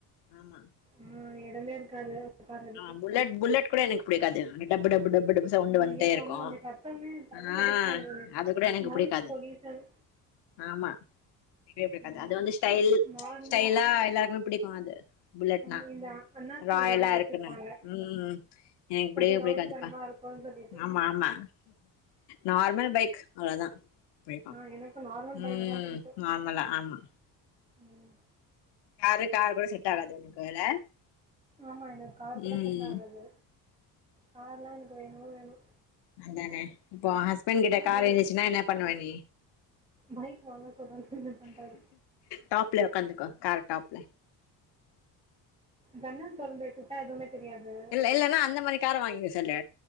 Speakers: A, on the left (about 80°); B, on the right (about 15°).
A: ஆமா
B: ஆ எடமே இருக்காது உட்கார்றதுக்கு
A: ஆ புல்லட் புல்லட் கூட எனக்கு புடிக்காது டப்பு டப்பு டப்பு டப் சவுண்டு
B: ஆ
A: வந்ட்டே
B: ஐயோ
A: இருக்கு
B: ஆமாம்
A: ஆ
B: அந்த சத்தமே தலை வலிக்கும் எனக்கு
A: அது கூட எனக்கு
B: நாய்ஸ்
A: புடிக்காது
B: பொல்யூஷன்
A: ஆமா புடிக்கவே புடிக்காது
B: ம்
A: அது வந்து ஸ்டைல்
B: நார்மல்
A: ஸ்டைலா எல்லாருக்குமே புடிக்கு அது புல்லட்னா
B: ஆமாம் இந்த அண்ணாச்சிங்கெல்லாம்
A: ராயலா
B: வச்சுருப்பாங்க
A: இருக் ம் என்க்
B: கொஞ்சம்
A: புடிகவே
B: ரவுடித்தனமாக
A: புடிக்காதுப்பா
B: இருக்கும்னு சொல்லிட்டு
A: ஆமா ஆமா நார்மல் பைக் அவ்ளோதா புய்க்கு
B: ஆ எனக்கு நார்மல் பைக்
A: ம்
B: தான் பிடிக்கும்
A: நார்மலா ஆமா
B: ம்
A: காரு கார் கூட செட் ஆகாது <unintelligible>
B: ஆமா எனக்கு கார் கூட
A: ம்
B: செட் ஆகாது கார்லா எனக்கு வேனு வேனு
A: அதானே இப்போ ஹஸ்பண்ட் கிட்ட கார்
B: நல்லாயிருக்கும்
A: இந்துச்சுனா என்ன பண்ணுவ நீ
B: பைக் வாங்க சொல்றான் கிண்டல் பண்றாரு
A: டாப்ல உக்காந்துக்கோ கார் டாப்ல
B: ஜன்னல் தொறந்து விட்டுட்டா எதுவுமே தெரியாது
A: இல்ல இல்லன்னா அந்த மாரி கார் வாங்க சொல்லு